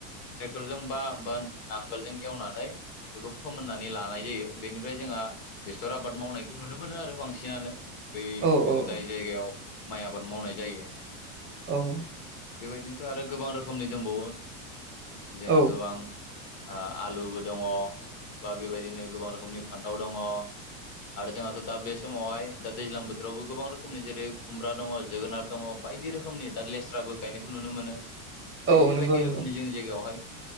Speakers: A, on the left (about 55°); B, on the right (about 30°).
A: ट्रेक्टरजों बा बा नांगोलजों एवनानै बेखौ फोमोनना नै लानाय जायो बेनिफ्राय जोंहा बेसर आबाद मावनायखौ नुनो मोनो आरो बांसिनानो बे
B: औ
A: जोङो
B: औ
A: जाय जायगायाव माइ आबाद मावनाय जायो
B: औ
A: बेबायदिनोथ आरो गोबां रोखोमनि दंबावो जोहा
B: औ
A: गोबां आं आलुबो दङ बा बेबायदिनो गोबां रोखोमनि फान्थाव दङ आरो जोंहाथ दा बे समावहाय दा दैज्लां बोथोरावबो गोबां रोखोमनि जेरै खुमब्रा दङ जोगोनार दङ बायदि रोखोमनि दा लेस्राबो गायनायखौ नुनो मोनो बायदि
B: औ नंगौ
A: बायदि
B: नंगौ
A: रोखोमनि जोंनि जायगायावहाय